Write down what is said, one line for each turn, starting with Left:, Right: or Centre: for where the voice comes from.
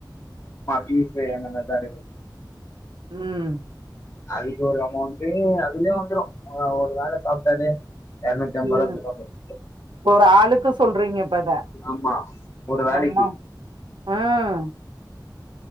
Left: பீப்பு அந்த மாரி தா இருக்கு
Right: உம்
Left: அதுக்கு ஒரு அமௌண்ட்டு அதுலயே வந்துரு ஒரு வேள சாப்ட்டாலே எரநூத்தி ஐம்பது
Right: உம்
Left: ரூபா கிட்ட வந்துரு
Right: ஒரு ஆளுக்கு சொல்றீங்க அப்ப அத
Left: ஆமா ஒரு வேளைக்கு
Right: ஆமா ம்